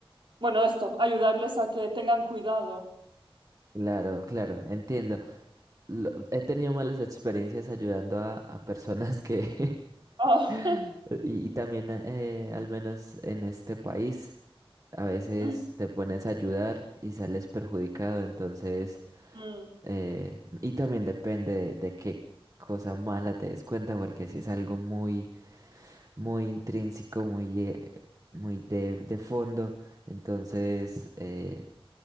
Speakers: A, on the right; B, on the right.
A: bueno, esto, ayudarles a que tengan cuidado.
B: Claro, claro, entiendo. Lo- he tenido malas experiencias ayudando a, a personas que...
A: Ah,
B: <laughs> y, y también, eh, al menos en este país, a veces
A: <laughs>
B: te pones a ayudar y sales perjudicado. Entonces,
A: mm,
B: eh, y también depende de, de qué cosa mala te des cuenta, porque si es algo muy muy intrínseco, muy, eh, muy de, de fondo. Entonces, eh,